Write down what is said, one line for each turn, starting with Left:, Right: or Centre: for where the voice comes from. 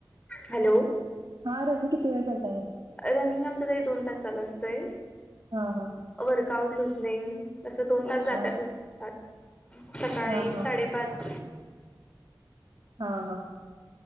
Left: Hello.
Right: हा रनिंग किती वेळ करताय मग?
Left: रनिंग आमचा तरी दोन तास चालू असतोय.
Right: हा हा.
Left: वर्कआउट लुझनिंग असं दोन तास जातातच
Right: हा
Left: त्यात सकाळी
Right: हा
Left: साडे पाच
Right: हा हा